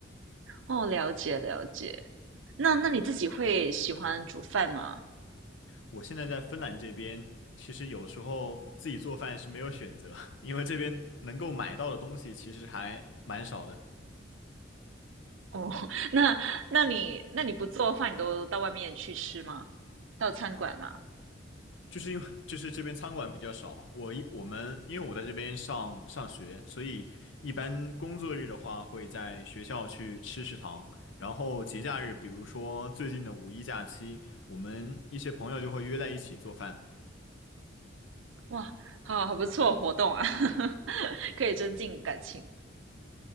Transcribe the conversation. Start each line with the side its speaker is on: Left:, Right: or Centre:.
Right: 哦，了解了解。那那你自己会喜欢煮饭吗？
Left: 我现在在芬兰这边，其实有时候自己做饭是没有选择，<laughs> 因为这边能够买到的东西其实还蛮少的。
Right: 哦，<laughs> 那那你那你不做饭，你都到外面去吃吗？到餐馆吗？
Left: 就是因为就是这边餐馆比较少，我一我们因为我在这边上上学，所以一般工作日的话会在学校去吃食堂，然后节假日，比如说最近的五一假期，我们一些朋友就会约在一起做饭。
Right: 哇，好好不错活动啊，<laughs> 可以增进感情。